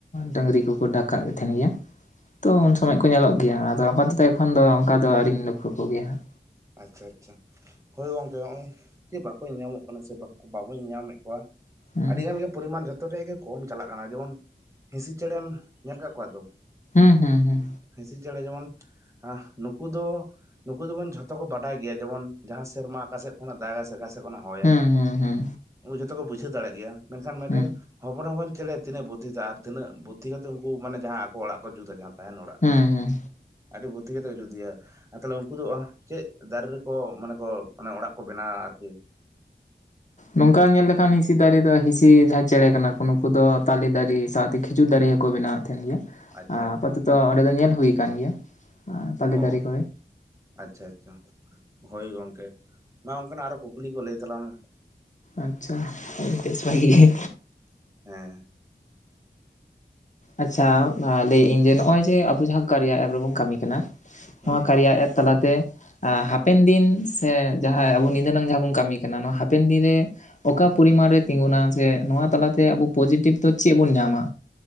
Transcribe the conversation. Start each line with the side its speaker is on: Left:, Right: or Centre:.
Left: ᱰᱟᱹᱝᱨᱤ ᱠᱚᱠᱚ ᱰᱟᱠᱠᱟ ᱜᱮᱫ ᱛᱟᱦᱮᱱ ᱜᱮᱭᱟ ᱛᱚ
Right: ᱟᱪᱪᱷᱟ
Left: ᱩᱱ ᱥᱚᱢᱚᱭ ᱠᱚ ᱧᱮᱞᱚᱜ ᱜᱮᱭᱟ᱾ ᱜᱮᱭᱟ ᱟᱫᱚ ᱟᱯᱟᱛᱚᱛᱚ ᱮᱠᱷᱚᱱ ᱫᱚ ᱚᱱᱠᱟ ᱫᱚ ᱟᱹᱣᱨᱤᱧ ᱞᱚᱠᱠᱷᱚ ᱠᱚᱜᱮᱭᱟ ᱦᱟᱜ᱾
Right: ᱟᱪᱪᱷᱟ ᱟᱪᱪᱷᱟ ᱦᱳᱭ ᱜᱚᱝᱠᱮ ᱱᱚᱜ-ᱚᱭ ᱡᱮ ᱵᱟᱠᱚ ᱧᱮᱧᱟᱢᱚᱜ ᱠᱟᱱᱟ ᱥᱮ ᱵᱟᱵᱚ ᱧᱟᱢᱮᱫ ᱠᱚᱣᱟ᱾
Left: ᱦᱟᱸᱜ
Right: ᱟᱹᱰᱤ ᱜᱟᱱ ᱜᱮ ᱯᱚᱨᱤᱢᱟᱱ ᱡᱷᱚᱛᱚ ᱨᱮᱭᱟᱜ ᱜᱮ ᱠᱚᱢ ᱪᱟᱞᱟᱜ ᱠᱟᱱᱟ ᱡᱮᱢᱚᱱ ᱦᱤᱸᱥᱤ ᱪᱮᱬᱮᱢ ᱧᱮᱞ ᱠᱟᱜ ᱠᱚᱣᱟ ᱛᱚ᱾
Left: ᱦᱩᱸ ᱦᱩᱸ ᱦᱩᱸ
Right: ᱦᱤᱸᱥᱤ ᱪᱮᱬᱮ ᱡᱮᱢᱚᱱ ᱱᱩᱠᱩ ᱫᱚ ᱱᱩᱠᱩ ᱫᱚᱵᱚᱱ ᱡᱷᱚᱛ ᱛᱚ ᱠᱚ ᱵᱟᱰᱟᱭ ᱜᱮᱭᱟ ᱡᱮᱢᱚᱱ ᱡᱟᱦᱟᱸ ᱥᱮᱨᱢᱟ ᱚᱠᱟᱥᱮᱫ ᱠᱷᱚᱱᱟᱜ ᱫᱟᱜᱟᱭ ᱥᱮ ᱚᱠᱟᱥᱮᱫ ᱠᱷᱚᱱᱟᱜ ᱦᱚᱭᱟᱭ᱾
Left: ᱦᱩᱸ ᱦᱩᱸ ᱦᱩᱸ ᱦᱩᱸ
Right: ᱩᱱᱠᱩ ᱡᱷᱚᱛᱚ ᱠᱚ ᱵᱩᱡᱷᱟᱹᱣ ᱫᱟᱲᱮᱭᱟᱜ ᱜᱮᱭᱟ ᱢᱮᱱᱠᱷᱟᱱ ᱢᱤᱫᱴᱮᱱ
Left: ᱦᱩᱸ
Right: ᱦᱚᱯᱚᱱ ᱦᱚᱯᱚᱱ ᱪᱮᱬᱮ ᱛᱤᱱᱟᱹᱜ ᱵᱩᱫᱷᱤ ᱟᱨ ᱛᱤᱱᱟᱹᱜ ᱵᱩᱫᱷᱤ ᱠᱟᱛᱮ ᱩᱱᱠᱩ ᱢᱟᱱᱮ ᱡᱟᱦᱟᱸ ᱟᱠᱚ ᱚᱲᱟᱜ ᱠᱚ ᱡᱩᱛᱟ ᱛᱟᱦᱮᱱ ᱚᱲᱟᱜ
Left: ᱦᱩᱸ ᱦᱩᱸ
Right: ᱟᱹᱰᱤ ᱵᱩᱫᱽᱫᱷᱤ ᱠᱟᱛᱮ ᱠᱚ ᱡᱩᱫ ᱜᱮᱭᱟ ᱟᱨ ᱛᱟᱦᱚᱞᱮ ᱩᱱᱠᱩ ᱫᱚ ᱟᱹᱦ ᱪᱮᱫ ᱫᱟᱨᱮ ᱨᱮᱠᱚ ᱢᱟᱱᱮ ᱠᱚ ᱢᱟᱱᱮ ᱚᱲᱟᱜ ᱠᱚ ᱵᱮᱱᱟᱣᱟ ᱟᱨᱠᱤ᱾
Left: ᱱᱚᱝᱠᱟ ᱧᱮᱞ ᱞᱮᱠᱷᱟᱱ ᱦᱤᱸᱥᱤ ᱫᱟᱨᱮ ᱫᱚ ᱦᱤᱸᱥᱤ ᱡᱟᱦᱟᱸᱭ ᱪᱮᱬᱮ ᱠᱟᱱᱟ ᱠᱚ ᱱᱩᱠᱩ ᱫᱚ ᱛᱟᱞᱮ ᱫᱟᱨᱤ ᱥᱟᱶᱛᱮ ᱠᱷᱤ ᱠᱷᱤᱡᱩᱨ ᱫᱟᱨᱮ ᱦᱚᱸᱠᱚ ᱵᱮᱱᱟᱣ ᱮᱫ ᱛᱟᱦᱮᱱ ᱜᱮᱭᱟ
Right: ᱟᱪᱪᱷᱟ ᱟᱪᱪᱷᱟ
Left: ᱟᱯᱟᱛᱚᱛᱚ ᱚᱸᱰᱮ ᱫᱚ ᱧᱮᱞ ᱦᱩᱭ ᱠᱟᱱ ᱜᱮᱭᱟ᱾ ᱛᱟᱞᱤ
Right: ᱚ
Left: ᱫᱟᱨᱮ ᱠᱚ ᱨᱮ᱾
Right: ᱟᱪᱪᱷᱟ ᱟᱪᱪᱷᱟ ᱦᱳᱭ ᱜᱚᱝᱠᱮ ᱢᱟ ᱚᱱᱠᱟᱱᱟᱜ ᱟᱨᱚ ᱠᱩᱠᱞᱤ ᱠᱚ ᱞᱟᱹᱭ ᱛᱟᱞᱟᱝ ᱢᱮ᱾
Left: ᱟᱪᱪᱷᱟ ᱟᱹᱰᱤ ᱵᱮᱥ ᱵᱷᱟᱜᱤ ᱜᱮ᱾
Right: ᱦᱮᱸ,
Left: ᱟᱪᱪᱷᱟ ᱞᱟᱹᱭ ᱤᱸᱧ ᱡᱮ ᱱᱚᱜ-ᱚᱭ ᱡᱮ ᱟᱵᱚ ᱡᱟᱦᱟᱸ ᱠᱟᱨᱤᱭᱟ ᱮᱯ ᱨᱮᱵᱚᱱ ᱠᱟᱹᱢᱤ ᱠᱟᱱᱟ᱾
Right: ᱦᱮᱸ
Left: ᱱᱚᱣᱟ
Right: ᱦᱮᱸ
Left: ᱠᱟᱨᱤᱭᱟ ᱮᱯ ᱛᱟᱞᱟᱛᱮ ᱮ ᱦᱟᱯᱮᱱ ᱫᱤᱱ ᱥᱮ ᱡᱟᱦᱟᱸ ᱟᱵᱚ ᱧᱤᱫᱟᱹᱱᱟᱝ ᱡᱟᱦᱟᱸ ᱵᱚᱱ ᱠᱟᱹᱢᱤ ᱠᱟᱱᱟ ᱱᱚᱣᱟ ᱦᱟᱯᱮᱱ ᱫᱤᱱ ᱨᱮ ᱚᱠᱟ ᱯᱚᱨᱤᱢᱟᱱ ᱨᱮ ᱛᱤᱸᱜᱩᱱᱟ ᱥᱮ ᱱᱚᱣᱟ ᱛᱟᱞᱟᱛᱮ ᱟᱵᱚ ᱯᱚᱡᱮᱴᱤᱵᱽ ᱫᱚ ᱪᱮᱫ ᱵᱚᱱ ᱧᱟᱸᱢᱟ᱾